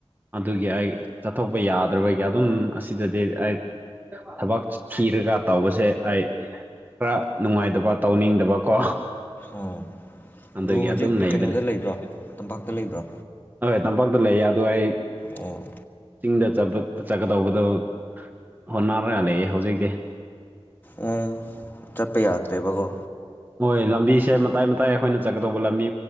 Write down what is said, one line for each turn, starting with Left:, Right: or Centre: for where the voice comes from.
Right: ꯑꯗꯨꯒꯤ ꯑꯩ ꯆꯠꯊꯣꯛꯄ ꯌꯥꯗ ꯑꯗꯨꯕꯒꯤ ꯑꯗꯨꯝ ꯑꯁꯤꯗꯗꯤ ꯑꯩ ꯊꯕꯛ ꯊꯤꯔꯒ ꯇꯧꯕꯁꯦ ꯑꯩ ꯈꯔ ꯅꯨꯡꯉꯥꯏꯇꯕ ꯇꯧꯅꯤꯡꯗꯕꯀꯣ
Left: ꯑꯣ
Right: ꯑꯗꯨꯒꯤ
Left: ꯕ꯭ꯔꯣ ꯍꯧꯖꯤꯛ
Right: ꯑꯗꯨꯝ ꯂꯩꯕꯅꯤ
Left: ꯀꯩꯅꯣꯗ ꯂꯩꯕ꯭ꯔꯣ ꯇꯝꯄꯥꯛꯇ ꯂꯩꯕ꯭ꯔꯣ
Right: ꯍꯣꯏ ꯇꯝꯄꯥꯛꯇ ꯂꯩꯌꯦ ꯑꯗꯨ ꯑꯩ
Left: ꯑꯣ
Right: ꯆꯤꯡꯗ ꯆꯠꯀꯗꯧꯕꯗꯨꯣ ꯍꯣꯠꯅꯔꯂꯑꯦ ꯍꯧꯖꯤꯛꯇꯤ
Left: ꯎꯝ ꯆꯠꯄ ꯌꯥꯗ꯭ꯔꯦꯕꯀꯣ
Right: ꯃꯣꯏ ꯂꯝꯕꯤꯁꯦ ꯃꯇꯥꯏ ꯃꯇꯥꯏ ꯑꯩꯈꯣꯏꯅ ꯆꯠꯀꯗꯧꯕ ꯂꯝꯕꯤ